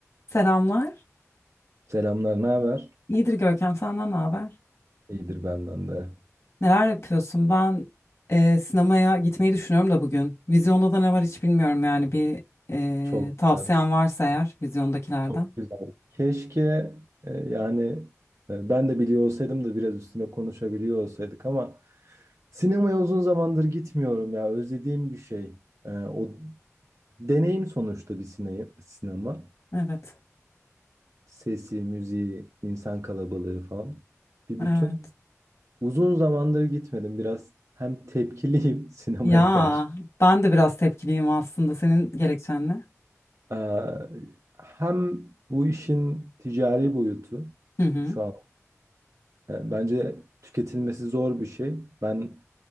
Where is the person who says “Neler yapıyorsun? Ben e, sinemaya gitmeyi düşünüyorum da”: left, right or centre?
Left